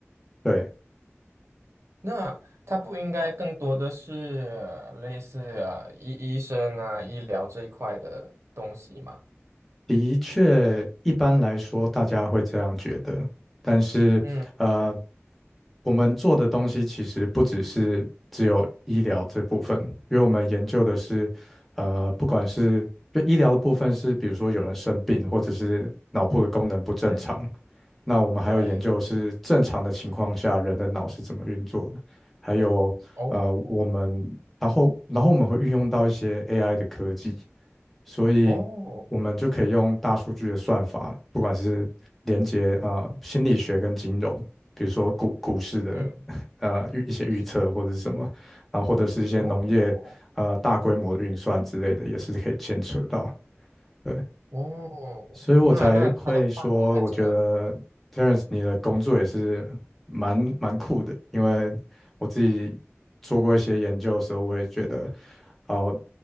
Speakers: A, in the centre; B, on the right.
A: 对，
B: 那它不应该更多的是呃类似呃医医生啊、医疗这一块的东西嘛？
A: 的确，一般来说大家会这样觉得，但是呃，
B: 嗯，
A: 我们做的东西其实不只是只有医疗这部分，因为我们研究的是，呃，不管是就医疗的部分是，比如说有人生病或者是脑部的功能不正常，
B: 对
A: 那我们还有研究的是正常的情况下人的脑是怎么运作的，
B: 对，
A: 还有呃，
B: 哦
A: 我们然后然后我们会运用到一些 AI 的科技。所以我们就可以用大数据的算法，
B: 哦，
A: 不管是连接啊、呃、心理学跟金融，比如说股股市的
B: 嗯，
A: 呃预一些预测或者是什么，
B: 是的，
A: 然后或者是一些农业呃大规模的运算之类的，
B: 哦
A: 也是可以牵扯到。对，
B: 哦，
A: 所以我才会说，
B: 那那它的范围还真的很广
A: 我觉得 Terence 你的工作也是蛮蛮酷的，因为我自己做过一些研究的时候，我也觉得哦。